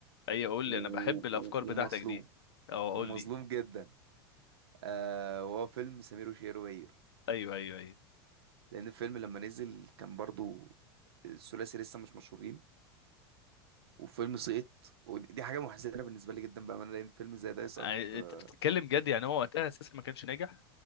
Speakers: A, on the left (about 85°); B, on the right (about 80°).
A: ايوه قول
B: و...
A: لي انا بحب
B: و...
A: الافكار
B: ومظلوم
A: بتاعتك دي اه قول
B: ومظلوم
A: لي
B: جدا آه وهو فيلم سمير وشهير وبهير
A: ايوه ايوه ايوه
B: لان الفيلم لما نزل كان برضو الثلاثي لسه مش مشهورين وفيلم سقط ودي دي حاجه محزنه بالنسبه لي جدا بامانه لان فيلم زي ده يسقط
A: آه،
B: آه،
A: انت بتتكلم جد يعني هو وقتها اساسا ما كانش ناجح